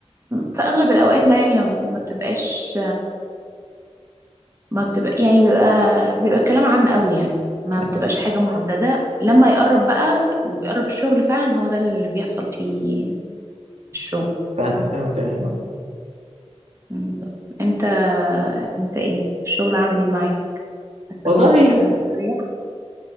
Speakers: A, on the right; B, on the right.
A: في أغلب الأوقات ما يعني ما ما بتبقاش ما بتبقى يعني بيبقى بيبقى الكلام عام قوي يعني ما بتبقاش
B: أيوة.
A: حاجة محددة لما يقرب بقى ويقرب الشغل فعلا هو ده اللي بيحصل فيه الشغل
B: فاهمك فاهمك يعني
A: بالظبط. انت انت ايه الشغل عامل ايه معاك حاسس
B: والله
A: انك مستريح